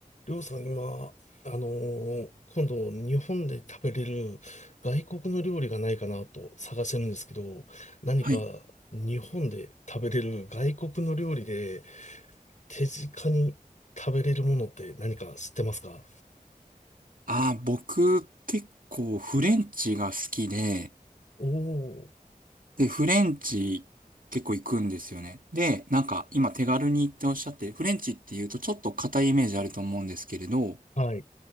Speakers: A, on the left; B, on the right.
A: りょうさん、今、あのー今度、日本で食べれる外国の料理がないかなと探してるんですけど、何か日本で食べれる外国の料理で
B: はい。
A: 手近に食べれるものって何か知ってますか
B: あー、僕、結構フレンチが好きで、
A: おお
B: で、フレンチ結構行くんですよね。で、なんか今手軽にっておっしゃって、フレンチって言うとちょっと硬いイメージあると思うんですけれど、
A: ー、はい、